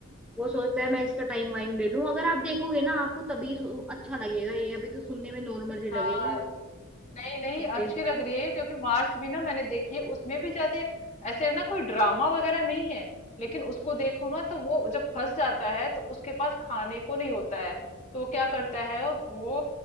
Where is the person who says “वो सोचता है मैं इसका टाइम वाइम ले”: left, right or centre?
Centre